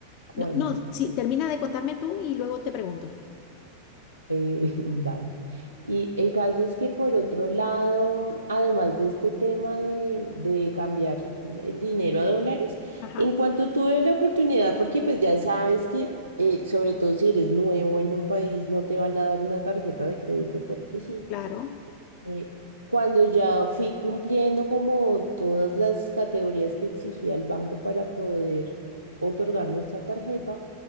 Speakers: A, on the right; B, on the left.
A: cuéntame.
B: no, no, sí, termina de contarme tú y luego te pregunto.
A: Eh, <laughs> dale. Y el caso es que por otro lado, además de este tema de, de cambiar el dinero a dólares,
B: Ajá,
A: en cuanto tuve la oportunidad, porque pues ya sabes que eh, sobre todo si eres nuevo en un país, no te van a dar una tarjeta de crédito porque sí.
B: claro,
A: Eh, cuando ya fui cumpliendo como todas las categorías que exigía el banco para poder otorgarme esta tarjeta,